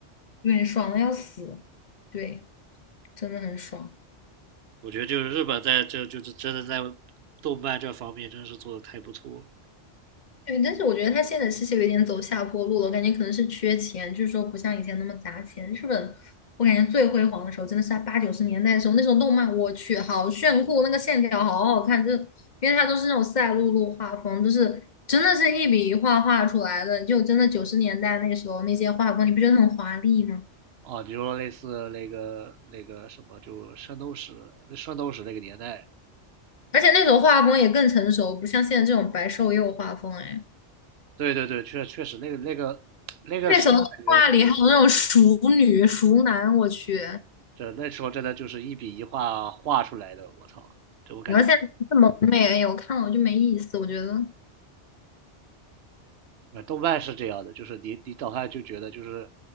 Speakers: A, on the left; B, on the right.
A: 对，爽的要死，对，真的很爽。
B: 我觉得就是日本在这就是真的在动漫这方面真是做的太不错了。
A: 对，但是我觉得他现在其实有点走下坡路了，我感觉可能是缺钱，就是说不像以前那么砸钱。日本，我感觉最辉煌的时候真的是在八九十年代的时候，那时候动漫我去好炫酷，那个线条好好看，就因为它都是那种赛璐璐画风，就是真的是一笔一画画出来的，就真的九十年代那时候那些画风，你不觉得很华丽吗？
B: 哦，你说类似那个那个什么，就圣斗士，圣斗士那个年代，
A: 而且那时候画风也更成熟，不像现在这种白瘦幼画风，哎，
B: 对对对，确确实那个那个那个时候感觉
A: 那时候动画里还有那种熟女、熟男，我去。
B: 这那时候真的就是一笔一画画出来的，我操！这我感觉，
A: 然后现在这么美，哎呀，我看了我就没意思，我觉得，
B: 呃，动漫是这样的，就是你你早上就觉得就是